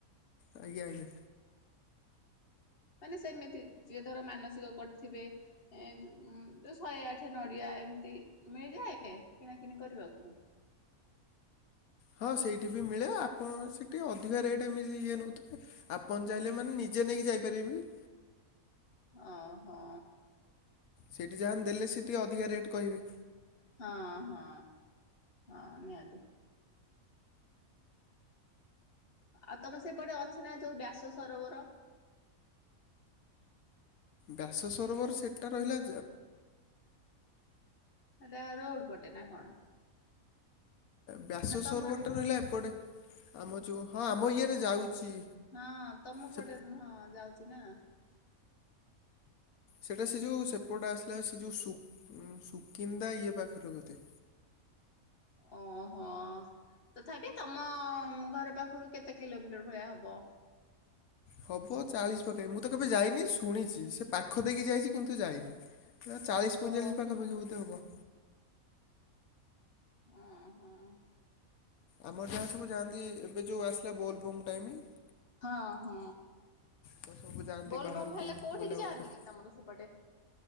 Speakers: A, on the left (about 80°); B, on the left (about 45°).
A: ଆଜ୍ଞା ଆଜ୍ଞା।
B: ମାନେ ସେମିତି ଯିଏ ଧର ମାନସିକ କରିଥିବେ ଏ ଶହେ ଆଠ ନଡିଆ ଏମତି ମିଳିଯାଏ କିଣାକିଣି କରିବାକୁ?
A: ହଁ ସେଇଠି ବି ମିଳେ ଆପଣ ସେଇଠି ଅଧିକା ରେଟ୍ ଏମିତି ଇଏ ନୋଉଥିବେ। ଆପଣ ଚାହିଁଲେ ମାନେ ନିଜେ ନେଇକି ଯାଇପାରିବେ ବି।
B: ଅ ହୋ।
A: ସେଇଠି ଯାହା ଦେଲେ ସେ ଟିକେ ଅଧିକା ରେଟ୍ କହିବେ।
B: ହଁ ହଁ ହଁ ନିହାତି। ଆଉ ତମେ ସେପଟେ ଅଛି ନା ଯୋଉ ବ୍ୟାସ ସରୋବର।
A: ବ୍ୟାସ ସରୋବର ସେଟ୍ଟା ରହିଲା
B: ହେଟା ରୋଡ ପଟେ ନା କଣ?
A: ବ୍ୟାସ
B: ନା ତମରି?
A: ସରବରଟା ରହିଲା ଏପଟେ ଆମ ଯୋଉ ହଁ ଆମ ଇଏରେ ଯାଉଛି।
B: ହଁ ତମ
A: ସେ
B: ପଟେ ହଁ ଯାଉଛି ନା।
A: ସେଇଟା ସେ ଯେଉଁ ସେପଟ ଆସିଲା ସେ ଯେଉଁ ଶୁକିନ୍ଦା ଇଏ ପାଖରେ ବୋଧେ।
B: ଓହୋ। ତଥାପି ତମ ଘର ପାଖରୁ କେତେ କିଲୋମିଟର ଭଳିଆ ହବ?
A: ହବ ଚାଳିଶ ପାଖାପାଖି ମୁଁ ତ କେବେ ଯାଇନି ଶୁଣିଛି ସେ ପାଖ ଦେଇକି ଯାଇଛି କିନ୍ତୁ ଯାଇନି। ନା ଚାଳିଶ ପଇଚାଳିଶ
B: ଓହୋ
A: ପାଖପାଖି ବୋଧେ ହେବ।
B: ହଁ ହଁ।
A: ଆମର ଯାହା ସବୁ ଯାଆନ୍ତି ଏବେ ଯେଉଁ ଆସିଲା ବୋଲବମ୍ ଟାଇମ୍।
B: ହଁ ହଁ
A: ତ ସବୁ ଯାଆନ୍ତି
B: ବୋଲ
A: ବାହାରକୁ
B: ବମ୍ ହେଲେ କୋଉଠିକି
A: ବୁଲାବୁଲି
B: ଯାଆନ୍ତି
A: କରି
B: କି ତମର ସେପଟେ।